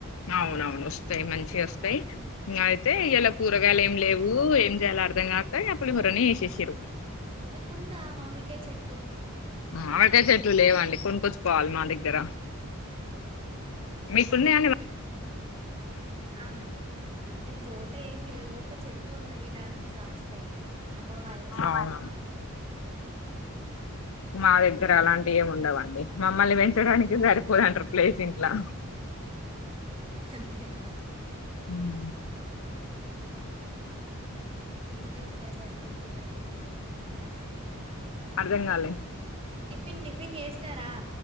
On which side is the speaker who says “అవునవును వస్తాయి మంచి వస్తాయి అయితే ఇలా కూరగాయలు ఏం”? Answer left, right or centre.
Left